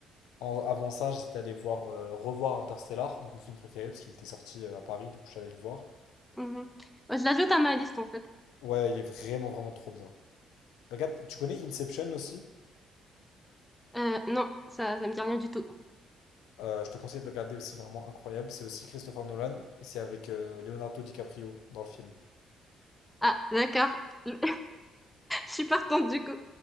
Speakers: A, on the left; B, in the centre.
A: En- avant ça, j'étais allé voir, euh, revoir Interstellar, donc mon film préféré, parce qu'il était sorti euh, à Paris, donc je suis allé le voir.
B: Mhm. Ouais, Je l'ajoute à ma liste en fait.
A: Ouais, il est vraiment, vraiment trop bien. Regarde, tu connais Inception aussi?
B: Euh, non, ça, ça me dit rien du tout.
A: Euh, je te conseille de le regarder aussi, vraiment incroyable. C'est aussi Christopher Nolan, et c'est avec euh, Leonardo DiCaprio dans le film.
B: Ah, d'accord. <laughs> Je suis partante du coup.